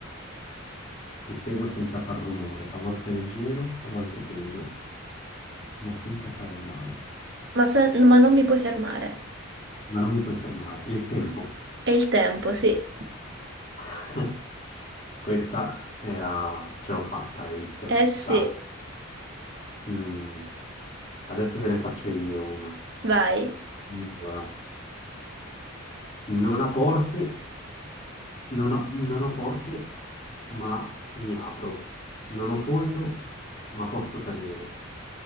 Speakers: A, on the left (about 30°); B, on the right (about 55°).
A: ti seguo senza far rumore, a volte leggero, a volte peso, ma senza fare male.
B: Ma, sa- ma non mi puoi fermare.
A: Ma non mi puoi fermare. Il tempo.
B: È il tempo, sì.
A: <laughs> Questa era... ce l'ho fatta, hai visto?
B: Eh sì,
A: Tac. Mm. Adesso te ne faccio io una.
B: vai.
A: Allora, non ha porte, non ho, non ho porte, ma mi apro. Non ho fondo, ma posso cadere.